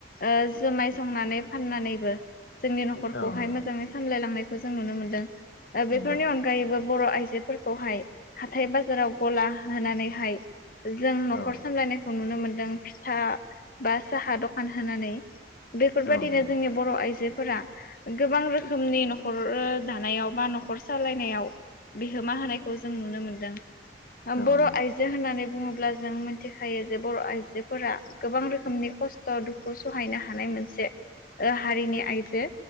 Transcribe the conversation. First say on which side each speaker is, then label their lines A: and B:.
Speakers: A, on the left; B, on the left.
A: ओ जोमाय संनानै फाननानैबो जोंनि न'खर
B: औ
A: खौहाय
B: नंगौ
A: मोजाङै सामलायलांनायखौ जों नुनो मोनदों ओ
B: नंगौ
A: बेफोरनि अनगायैबो बर' आइजोफोरखौहाय हाथाय बाजाराव गला होनानैहाय जों न'खर
B: औ
A: सामलायनायखौ नुनो मोनदों फिथा बा साहा दखान होनानै बेफोरबायदिनो
B: औ नंगौ
A: जोंनि बर' आइजोफोरा गोबां रोखोमनि न'खर ओ दानायाव बा न'खर सालायनाय बिहोमा होनायखौ जों नुनो मोनदों
B: औ
A: बर
B: नंगौ
A: आइजो होन्नानै बुङोब्ला जों मिथिखायो जे बर' आइजोफोरा गोबां रोखोमनि दुखु खस्त सहायनो हानाय बादि मोनसे ओ हारिनि आइजो